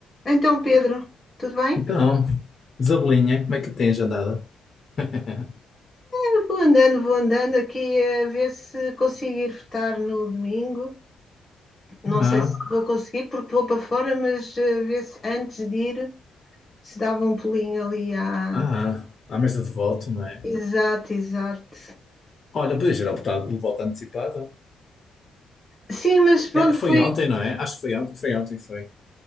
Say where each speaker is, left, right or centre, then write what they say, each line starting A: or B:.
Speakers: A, on the left; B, on the left.
A: Então, Pedro, tudo bem?
B: Então, Isabelinha, como é que tens andado? <laughs>
A: Eu vou andando, vou andando aqui a ver se consigo ir votar no domingo. Não
B: Ah,
A: sei se vou conseguir porque vou para fora, mas eh, ver se antes de ir se dava um pulinho ali à.
B: ah, à mesa de voto, não é?
A: Exato, exato.
B: Olha, podias ter optado pelo voto antecipado.
A: Sim, mas pronto,
B: É, foi
A: foi,
B: ontem, não é? Acho que foi ontem, foi ontem, foi.